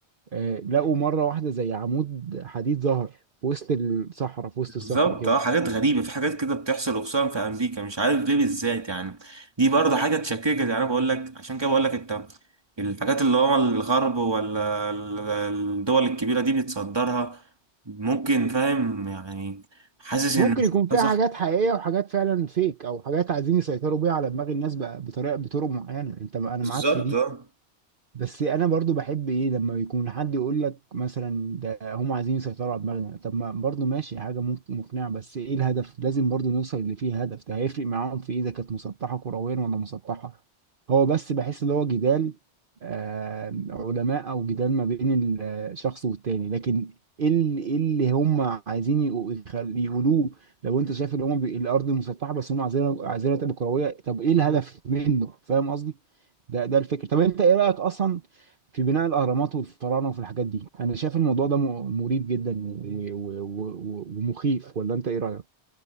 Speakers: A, on the right; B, on the right.
A: آه، لقوا مره واحده زي عمود حديد ظهر في وسط الصحراء في وسط
B: بالظبط
A: الصخر كده
B: اه حاجات غريبة في حاجات كده بتحصل وخصوصا في أمريكا مش عارف ليه بالذات يعني دي برضه حاجة تشككك يعني أنا بقول لك عشان كده بقول لك أنت الحاجات اللي هو الغرب ولا ال- الدول الكبيرة دي بتصدرها ممكن فاهم يعني حاسس
A: ممكن
B: إن مش
A: يكون
B: كلها
A: فيها
B: صح
A: حاجات حقيقيه وحاجات فعلا فيك او حاجات عايزين يسيطروا بيها على دماغ الناس بقى بطريقه بطرق معينه انت انا
B: بالظبط
A: معاك في دي
B: اه
A: بس انا برضو بحب ايه لما يكون حد يقول لك مثلا ده هم عايزين يسيطروا على دماغنا طب ما برضو ماشي حاجه ممكن مقنعه بس ايه الهدف لازم برضو نوصل اللي فيه هدف ده هيفرق معاهم في ايه اذا كانت مسطحه كرويا ولا مسطحه هو بس بحس اللي هو جدال آه علماء او جدال ما بين الشخص والتاني لكن ايه اللي, إيه اللي هم عايزين يقو- يخل- يقولوه لو انت شايف ان هم بي- الارض مسطحه بس هم عايزينها عايزينها تبقى كرويه طب ايه الهدف منه فاهم ده ده الفكر طب انت ايه رايك اصلا في بناء الاهرامات والفراعنه وفي الحاجات دي انا شايف الموضوع ده م- مريب جدا و- و- و- و- ومخيف ولا انت ايه رايك